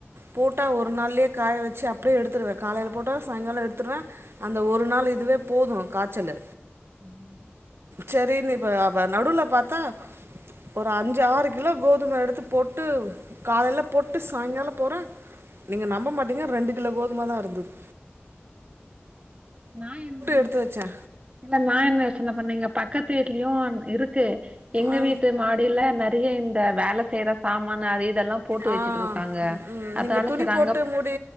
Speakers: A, on the right; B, on the right.
A: போட்டால ஒரு நாள்யே காய வச்சு அப் டியே எடுத்துடுவே காலையில போட்டால சாயங்காலோ எடுத்துடுவே அந்த ஒரு நாள் இதுவே போது காச்சலு
B: ம்
A: சேரின்னு இப்ப அப்ப நடுவுல பாத்தா ஒரு அஞ்சு ஆறு கிலோ கோதும எடுத்து போட்டு காலைல போட்டு சாயங்காலோ போறே நீங்க நம்ப மாட்டீங்க ரெண்டு கிலோ கோதும தா இருந்துது
B: நா என்ன
A: எடுத்து வச்சே
B: இல்ல நா என்ன யோசன பண்ணீங்க பக்கத்து வீட்லயு இருக்கு எங்க
A: ஆ
B: வீட்டு மாடியில நெறைய இந்த வேல செய்யற சாமான அது இதெல்லா போட்டு
A: ஆ
B: வச்சுட்டு இருக்காங்க
A: ம்
B: அதனால
A: நீங்க துணி
B: சேரி
A: போட்டு
B: அங்க
A: முடி